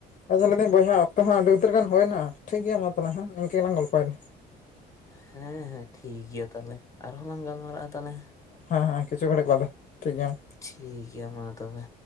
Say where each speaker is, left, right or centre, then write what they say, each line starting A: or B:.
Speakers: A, on the left (about 45°); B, on the left (about 20°).
A: ᱟᱫᱩᱧ ᱞᱟᱹᱭ ᱫᱟᱹᱧ ᱵᱚᱭᱦᱟ ᱚᱠᱛᱚ ᱦᱚᱸ ᱟᱹᱰᱤ ᱩᱛᱟᱹᱨ ᱜᱟᱱ ᱦᱩᱭᱮᱱᱟ ᱴᱷᱤᱠ ᱜᱮᱭᱟ ᱢᱟ ᱛᱟᱞᱦᱮ ᱤᱱᱠᱟᱹ ᱜᱮᱞᱟᱝ ᱜᱚᱞᱯᱚᱭ ᱮᱫᱟ
B: ᱦᱮᱸ ᱦᱮᱸ ᱴᱷᱤᱠ ᱜᱮᱭᱟ ᱛᱟᱦᱚᱞᱮ ᱟᱨᱦᱚᱸ ᱞᱟᱝ ᱜᱟᱞᱢᱟᱨᱟᱜᱼᱟ ᱛᱟᱦᱚᱞᱮ
A: ᱦᱮᱸ ᱦᱮᱸ ᱠᱤᱪᱷᱩ ᱜᱷᱟᱹᱲᱤᱡ ᱵᱟᱫᱮ ᱴᱷᱤᱠ ᱜᱮᱭᱟ ᱢᱟ
B: <unintelligible> ᱴᱷᱤᱠ ᱜᱮᱭᱟ ᱢᱟ ᱛᱚᱵᱮ